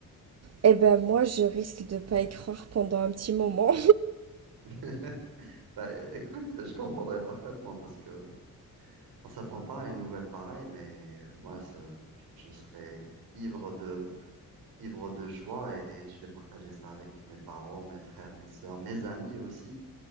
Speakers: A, on the right (about 45°); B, on the right (about 85°).
A: Eh ben moi, je risque de pas y croire pendant un petit moment.
B: <laughs> Bah, écoute, je comprendrais parfaitement parce que on s'attend pas à une nouvelle pareille, mais moi, ça- je, je serais ivre de, ivre de joie et je vais partager ça avec mes parents, mes frères, mes sœurs, mes amis aussi.